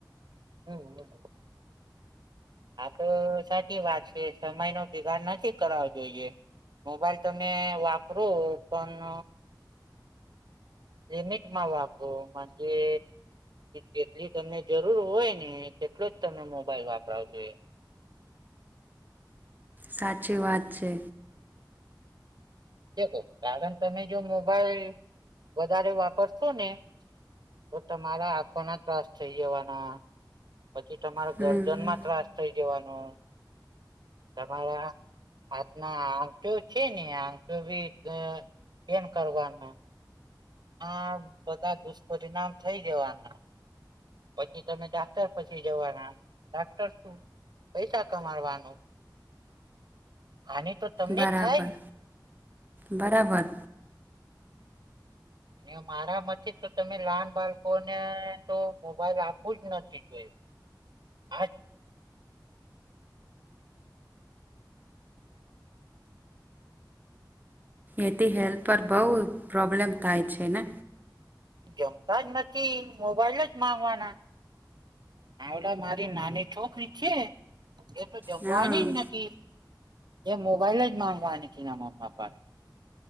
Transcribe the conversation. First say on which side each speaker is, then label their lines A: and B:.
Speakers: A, on the right; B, on the right.
A: હમ્મ <unintelligible> આ તો સાચી વાત છે સમયનો બિગાડ નથી કરવો જોઈએ. મોબાઈલ તમે વાપરો પણ લિમિટમાં વાપરો મંજે જેટલી તમને જરૂર હોય ને તેટલો જ તમને મોબાઈલ વાપરાવો જોઈએ.
B: સાચી વાત છે.
A: દેખો કારણ તમે જો મોબાઈલ વધારે વાપરશો ને તો તમારા આંખો ના ત્રાસ થઇ જવાના પછી તમારે
B: હમ
A: ગરદન માં ત્રાસ થઇ જવાનો તમારા હાથના આગળ છે ને <unintelligible> ભી કેમ કરવાના. આ બધા દુષ્પરિણામ થઇ જવાના પછી તમે ડાક્ટર પાસે જવાના ડાક્ટર શું પૈસા કમાવવાનું આને તો તમને
B: બરાબર
A: જ થાય ને
B: બરાબર
A: અને મારા મથી તો તમે લાન બાળકોને તો મોબાઈલ આપું જ નથી જોયું. આ
B: એથી હેલ્થ પર બઉ પ્રોબ્લેમ થાય છે ને.
A: જમતા જ નથી મોબાઈલ જ માંગવાના. આવડા મારી નાની છોકરી છે એ તો જમવાની
B: હા
A: જ નથી. એ મોબાઈલ જ માંગવા ની કે ના માં બાપ પાહે.